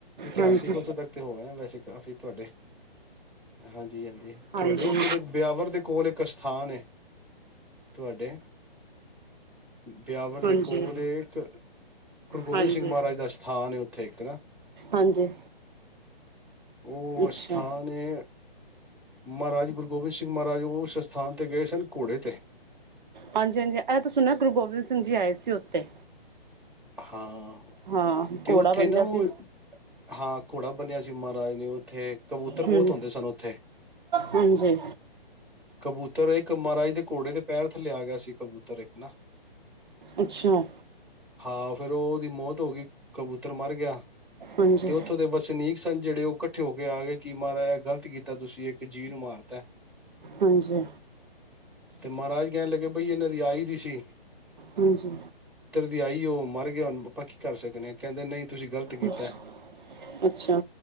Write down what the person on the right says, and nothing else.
ਹਾਂਜੀ
ਹਾਂਜੀ
ਹਾਂਜੀ
ਹਾਂਜੀ
ਹਾਂਜੀ
ਅੱਛਾ
ਹਾਂਜੀ-ਹਾਂਜੀ ਇਹ ਤਾਂ ਸੁਣਿਆ ਗੁਰੂ ਗੋਬਿੰਦ ਸਿੰਘ ਜੀ ਆਏ ਸੀ ਉੱਥੇ।
ਹਾਂ
ਘੋੜਾ
ਬੰਦਿਆ
ਸੀ
ਹਮ
ਹਾਂਜੀ
ਅੱਛਾ
ਹਾਂਜੀ
ਹਾਂਜੀ
ਹਾਂਜੀ,
ਅੱਛਾ ਅੱਛਾ